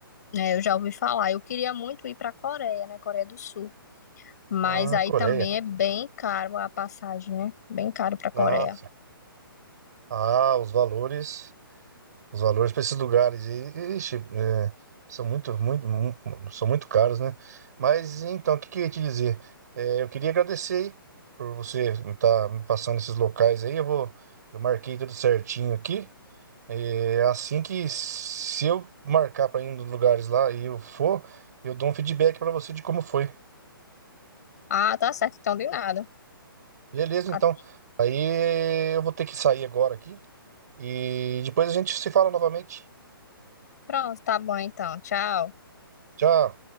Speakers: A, on the left (about 45°); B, on the right (about 45°).
A: é, eu já ouvi falar. Eu queria muito ir pra Coreia, né? Coreia do Sul. Mas
B: Na
A: aí
B: Coreia.
A: também é bem caro a passagem, né? Bem caro pra Coreia.
B: Ah, Ah, os valores, os valores para esses lugares aí, ixi, é, são muito, muito, mu- são muito caros, né? Mas então, o que que eu ia te dizer? É, eu queria agradecer aí por você estar me passando esses locais aí. Eu vou, eu marquei tudo certinho aqui. É, assim que se eu marcar para ir nos lugares lá e eu for, eu dou um feedback para você de como foi.
A: Ah, tá certo, então de nada.
B: Beleza,
A: Ah,
B: então. Aí eu vou ter que sair agora aqui e depois a gente se fala novamente.
A: Pronto, tá bom então. Tchau.
B: Tchau.